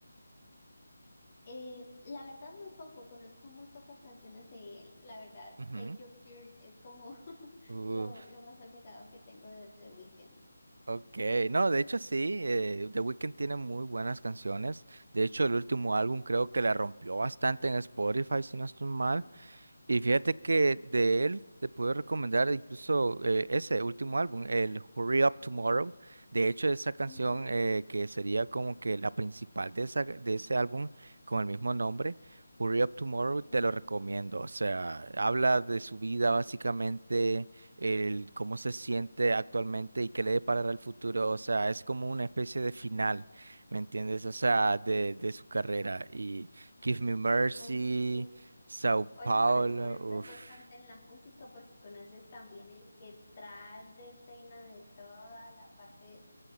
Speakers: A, on the left; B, on the right.
A: Eh, la verdad, muy poco, conozco muy pocas canciones de él. La verdad,
B: Ujú.
A: Save Your Tears es como <laughs>
B: Uf,
A: lo, lo más allegado que tengo de The Weeknd.
B: ok, no, de hecho sí, eh, The Weeknd tiene muy buenas canciones. De hecho, el último álbum creo que la rompió bastante en Spotify, si no estoy mal. Y fíjate que de él te puedo recomendar incluso eh, ese último álbum, el Hurry Up Tomorrow. De hecho, esa canción
A: Ujú.
B: eh, que sería como que la principal de, esa, de ese álbum con el mismo nombre, Hurry Up Tomorrow, te
A: Mm,
B: lo recomiendo. O sea, habla de su vida básicamente, el cómo se siente actualmente y qué le deparará el futuro. O sea, es como una especie de final, ¿me entiendes? O sea, de, de su carrera. Y Give Me Mercy.
A: Ok.
B: Sao
A: Oye,
B: Paulo,
A: pero te involucras
B: uff.
A: bastante en la música porque conoces también el detrás de escena de toda la parte